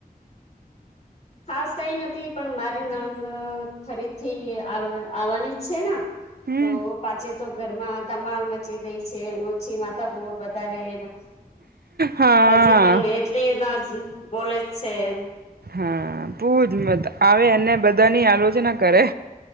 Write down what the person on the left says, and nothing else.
ખાસ કઈ નથી પણ મારી નંદ ફરીથી આવવાની જ છે ને
તો પાછે તો ઘરમાં ધમાલ મચી ગઈ છે પછી માતા બોટ વધારે એના
હજી પણ એટલી ના બોલે છે એમ